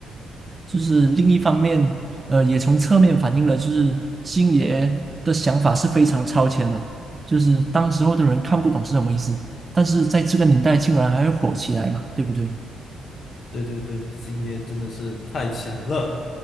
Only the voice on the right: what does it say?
就是另一方面，呃，也从侧面反映了，就是星爷的想法是非常超前的，就是当时候的人看不懂是什么意思，但是在这个年代竟然还会火起来嘛，对不对？